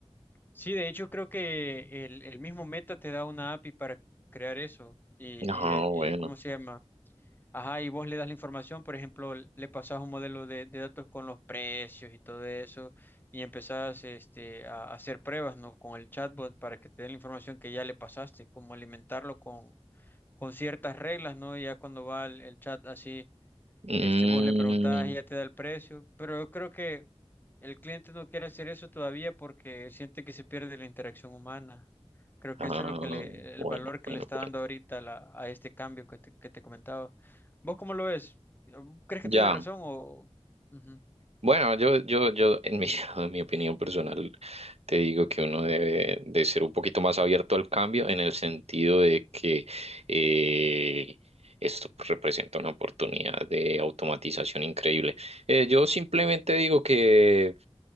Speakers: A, on the left; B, on the right.
A: Sí, de hecho creo que el, el mismo Meta te da una API para crear eso y, y,
B: Ah,
A: eh,
B: bueno.
A: y ¿cómo se llama? Ajá, y vos le das la información, por ejemplo, l- le pasás un modelo de, de datos con los precios y todo eso y empezás este, a a hacer pruebas, ¿no? Con el chatbot para que te dé la información que ya le pasaste, como alimentarlo con, con ciertas reglas, ¿no? Y ya cuando va el, el chat así
B: Mm,
A: este, vos le preguntás y ya te da el precio, pero yo creo que el cliente no quiere hacer eso todavía porque siente que se pierde la interacción humana. Creo que
B: ah,
A: eso es lo que le,
B: bueno,
A: el valor que
B: bueno,
A: le está
B: bueno.
A: dando ahorita a la- a este cambio que te, que te comentaba. ¿Vos cómo lo ves? ¿Crees que
B: Ya.
A: tiene razón o...? Ujú.
B: Bueno, yo, yo, yo, en mi, <laughs> en mi opinión personal, te digo que uno debe de ser un poquito más abierto al cambio en el sentido de que eh, esto representa una oportunidad de automatización increíble. Eh, yo simplemente digo que